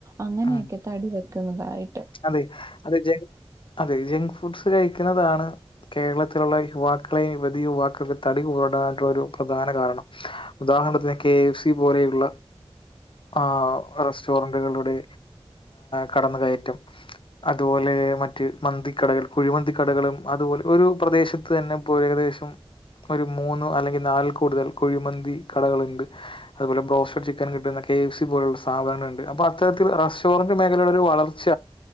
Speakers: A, on the right (about 30°); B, on the left (about 55°).
A: അങ്ങനെയൊക്കെ
B: ആഹ്
A: തടി വെ ുന്നതായിട്ട്
B: അതെ അതെ അതെ ജങ്ക് ഫുഡ്സ് കഴിക്ക ുന്നതാണ് കേരളത്തിലുള്ള യുവാക്കളെ യുവധി യുവാക്കൾക്ക് തടി കൂടാനുള്ള ഒരു പ്രധാന കാരണം ഉദാഹരണത്തിന്ന് കെ എഫ് സി പോലെയുള്ള ആ റെസ്റ്റോറൻറുകളുടെ കടന്നുകയറ്റം അതുപോലെ മറ്റ് മന്തിക്കടകൾ കുഴിമന്തി കടകളും അതുപോലെ ഒരു പ്രദേശത്ത് തന്നെ പോ ഏകദേശം ഒരു മൂന്ന് അല്ലെങ്കിൽ നാലിൽ കൂടുതൽ കുഴിമന്തി കടകളുണ്ട് അതുപോലെ ബ്രോസ്റ്റഡ് ചിക്കൻ കിട്ടുന്ന കെ എഫ് സി പോലുള്ള സാധനങ്ങളുണ്ട് അപ്പൊ അത്തരത്തിൽ റെസ്റ്റോറന്റ് മേഖലയുടെ ഒരു വളർച്ച